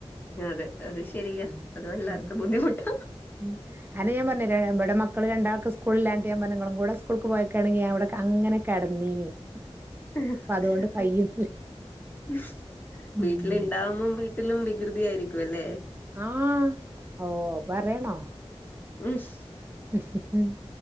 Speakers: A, on the left; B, on the right.
A: അതെ അത്ശെരിയാ
B: ഉം
A: അത് വല്ലാത്ത
B: ഉം
A: ബുദ്ധിമുട്ടാ
B: ഉം അനെ ഞാൻ പറഞ്ഞില്ലെ ഇവടം മക്കള് രണ്ടാൾക്ക് സ്ക്ലുളില്ലാഞ്ട്ട് ഞാപറഞ്ഞു ഇങ്ങളുംകൂടെ സ്ക്ലൂൾക്ക് പോയേക്കാണെങ്കി ഞാൻ ഇവിടെ അങ്ങനെ കെടന്നീനി
A: ഹ്-ഹ്-ഹ്
B: അപ്പൊ അതുകൊണ്ട് കയ്യ്ണില്ല
A: ഹ്.
B: ഉം
A: വീട്ടിലിണ്ടാവുമ്പം വീട്ടിലും വികൃതിയായിരിക്കും ല്ലേ
B: ആഹ് ഓ പറയണോ
A: <unintelligible>
B: ഹ്. ഹ്. ഹ്